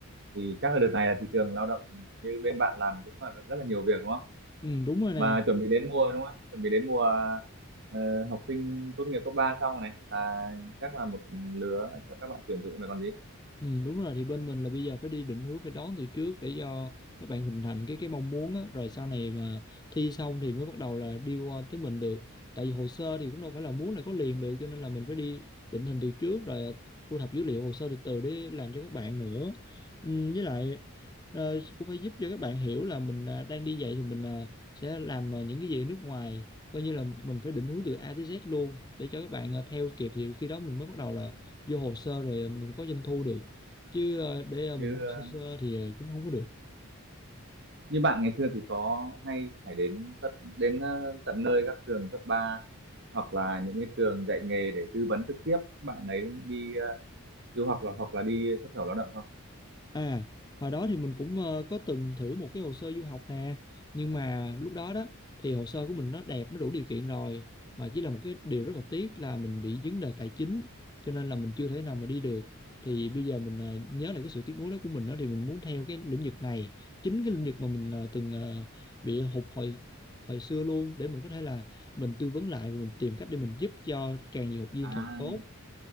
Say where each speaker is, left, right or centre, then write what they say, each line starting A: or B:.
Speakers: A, on the right (about 55°); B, on the left (about 20°).
A: thì chắc là đợt này là thị trường lao động như bên bạn làm cũng là rất là nhiều việc đúng không
B: ừ, đúng rồi
A: mà
B: nè
A: chuẩn bị đến mùa đúng không chuẩn bị đến mùa ờ, học sinh tốt nghiệp cấp 3 xong rồi này là chắc là một lứa cho các bạn tuyển dụng là còn gì
B: Ừ, đúng rồi thì bên mình là bây giờ phải đi định hướng phải đón từ trước để cho các bạn hình thành cái cái mong muốn á rồi sau này mà thi xong thì mới bắt đầu là đi qua tới mình được tại vì hồ sơ thì cũng đâu phải là muốn là có liền được cho nên là mình phải đi định hình từ trước rồi à, thu thập dữ liệu hồ sơ từ từ để làm cho các bạn nữa ừ, với lại ờ, cũng phải giúp cho các bạn hiểu là mình à, đang đi dạy thì mình à, sẽ làm à, những cái gì ở nước ngoài coi như là mình phải định hướng từ A tới Z luôn để cho các bạn à, theo kịp thì khi đó mình mới bắt đầu là vô hồ sơ rồi mình có doanh thu được chứ ờ, để ờ,
A: như
B: mình nói
A: ờ,
B: sơ sơ thì ờ, cũng không có được
A: như bạn ngày xưa thì có hay phải đến tận đến ờ, tận nơi các trường cấp 3 hoặc là những cái trường dạy nghề để tư vấn trực tiếp các bạn ấy đi ờ, du học là hoặc là đi xuất khẩu lao động không
B: à hồi đó thì mình cũng ờ, có từng thử một cái hồ sơ du học nè nhưng mà lúc đó đó thì hồ sơ của mình nó đẹp nó đủ điều kiện rồi mà chỉ là một cái điều rất là tiếc là mình bị vấn đề tài chính cho nên là mình chưa thể nào mà đi được thì bây giờ mình ờ, nhớ lại cái sự tiếc nuối đó của mình đó thì mình muốn theo cái lĩnh vực này chính cái lĩnh vực mà mình ờ, từng ờ, bị hụt hồi hồi xưa luôn để mình có thể là mình tư vấn lại mình tìm cách để mình giúp cho càng nhiều học viên
A: à,
B: càng tốt